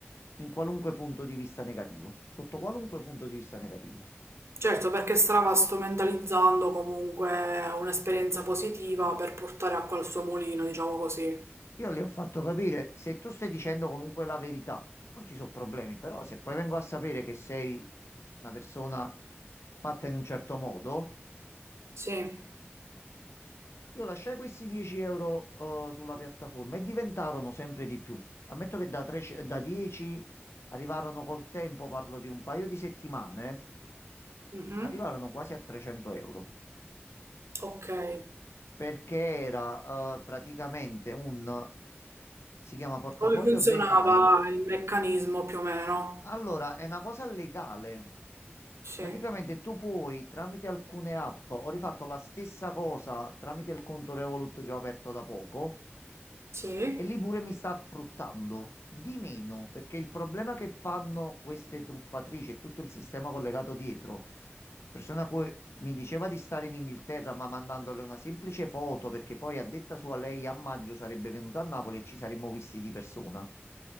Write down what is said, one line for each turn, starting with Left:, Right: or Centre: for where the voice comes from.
Left: in qualunque punto di vista negativo, sotto qualunque punto di vista negativo.
Right: Certo, perché stava strumentalizzando comunque un'esperienza positiva per portare acqua al suo mulino, diciamo così.
Left: Io le ho fatto capire, se tu stai dicendo comunque la verità, non ci sono problemi, però se poi vengo a sapere che sei una persona fatta in un certo modo,
Right: Sì.
Left: io lasciai questi 10 euro, eh, sulla piattaforma e diventarono sempre di più. Ammetto che da, 13 da 10 arrivarono col tempo, parlo di un paio di settimane
Right: Mh-mh.
Left: arrivarono quasi a 300 euro
Right: Okay.
Left: perché era eh, praticamente un si chiama portafoglio
Right: Come funzionava
Left: DeFi.
Right: il meccanismo più o meno?
Left: Allora, è una cosa legale.
Right: Sì.
Left: Praticamente tu puoi tramite alcune app, ho rifatto la stessa cosa tramite il conto Revolut che ho aperto da poco.
Right: Sì.
Left: E lì pure mi sta fruttando di meno, perché il problema che fanno queste truffatrici e tutto il sistema collegato dietro, persona che mi diceva di stare in Inghilterra, ma mandandole una semplice foto, perché poi a detta sua lei a maggio sarebbe venuta a Napoli e ci saremmo visti di persona.